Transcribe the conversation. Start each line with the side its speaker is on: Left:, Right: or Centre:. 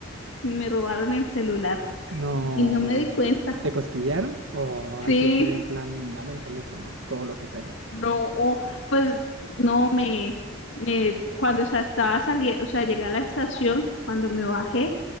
Left: me robaron el celular.
Right: No.
Left: y no me di cuenta.
Right: ¿Te cosquillaron? O ahí
Left: Sí,
Right: sí fue en plan, dame el teléfono, todo lo que tengas.
Left: no, o, pues no me, me cuando o sea, estaba saliendo, o sea, llegué a la estación, cuando me bajé,